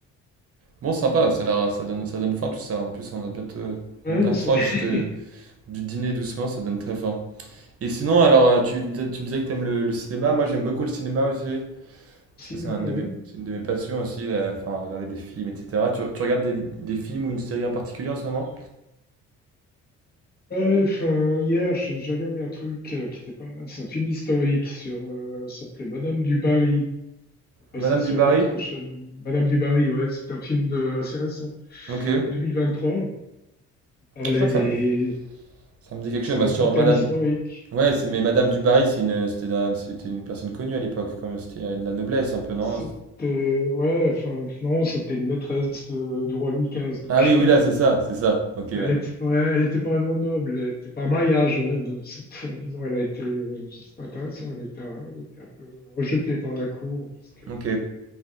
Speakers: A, on the right; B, on the left.
A: Bon, sympa, ça, a l'air- ça donne, ça donne faim tout ça. En plus, on a bientôt, euh,
B: Ouais,
A: on approche
B: c'est <laughs>
A: de, du dîner doucement, ça donne très faim. Et sinon, alors, euh, tu, me dis- tu me disais que t'aimes le, le cinéma. Moi, j'aime beaucoup le cinéma aussi.
B: cinéma,
A: Ça, c'est un de
B: ouais.
A: mes, c'est une de mes passions aussi, la- enfin, regarder des films, etc. Tu, tu regardes des, des films ou une série en particulier en ce moment?
B: Ouais, enfin, hier, j'ai j'ai regardé un truc euh, qui était pas mal. C'est un film historique sur, euh, ça s'appelait Madame du Barry. C'est Passé
A: Madame
B: sur
A: du Barry?
B: notre chaîne Madame du Barry, ouais, c'est un film de, assez récent,
A: Ok. Je
B: 2023. Il parlait
A: crois que
B: des,
A: ça me, ça me dit quelque
B: c'est
A: chose. Bah,
B: un
A: sur
B: thème
A: Madame...
B: historique.
A: Ouais, c'est, mais Madame du Barry, c'est une, c'était un- c'était une personne connue à l'époque, comme c'était euh, de la noblesse un peu, non?
B: C'était, ouais, enfin, non, c'était une maîtresse de- du roi Louis XV. donc.
A: Ah oui, oui, là, c'est ça, c'est ça. Ok, ouais.
B: Mais elle était, ouais, elle était pas vraiment noble, elle était par mariage, ouais, mais c'est- euh, disons, elle a été, c'est intéressant, elle a été un, elle a été un peu rejetée par la cour, parce que,
A: Ok.